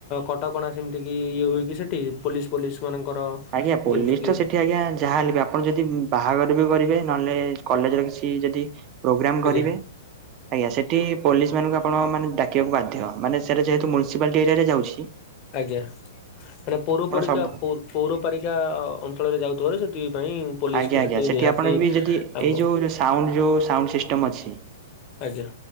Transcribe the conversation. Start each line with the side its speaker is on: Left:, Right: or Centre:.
Left: କଟକଣା ସେମିତି କିି ଇଏ ହୁଏ କି ସେଠି ପୋଲିସ୍ ଫୋଲିସ୍ ମାନଙ୍କର?
Right: ଆଜ୍ଞା ପୋଲିସ
Left: ଯେମିତି କିି
Right: ତ ସେଠି ଆଜ୍ଞା ଯାହା ହେଲେ ବି ଆପଣ ଯଦି ବାହାଘର ବି କରିବେ ନହେଲେ କଲେଜରେ କିଛି ଯଦି ପ୍ରୋଗ୍ରାମ୍
Left: ଆଜ୍ଞା
Right: କରିବେ ଆଜ୍ଞା ସେଠି ପୋଲିସ୍ ମାନଙ୍କୁ ଆପଣ ମାନେ ଡାକିବାକୁ ବାଧ୍ୟ ମାନେ ସେଟା ଯେହେତୁ ମୁନସିପାଲ୍ଟି ଏରିଆ ରେ ଯାଉଚି
Left: ଆଜ୍ଞା ମାନେ ପୌରପାରିକା
Right: ସବୁ
Left: ପୋ ପୌରପାରିକା ଅଞ୍ଚଳରେ ଯାଉଥିବାରୁ ସେଥିପାଇଁ ପୋଲିସକୁ
Right: ଆଜ୍ଞା, ଆଜ୍ଞା ସେଠି
Left: ନିହାତି
Right: ଆପଣ ବି ଯଦି
Left: ଆମ
Right: ଏଇ ଯୋଉ ସାଉଣ୍ଡ ଯୋଉ ସାଉଣ୍ଡ ସିଷ୍ଟମ୍ ଅଛି।
Left: ଆଜ୍ଞା।